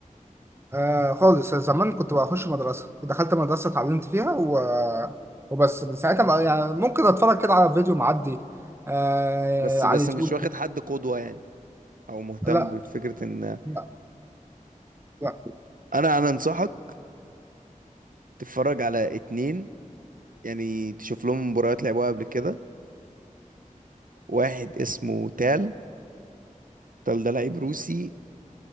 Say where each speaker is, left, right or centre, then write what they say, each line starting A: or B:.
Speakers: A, on the right; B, on the right.
A: آه خالص زمان كنت بخش مدرسة دخلت مدرسة اتعلمت فيها و... وبس من ساعتها بقى يعني ممكن اتفرج كده على فيديو معدي آه
B: بس
A: على
B: بس
A: اليوتيوب
B: مش واخد حد قدوة يعني أو مهتم
A: لا
B: بفكرة إن
A: لا لا
B: انا انا انصحك تتفرج على اتنين يعني تشوف لهم مباريات لعبوها قبل كده واحد اسمه تال تال ده لعيب روسي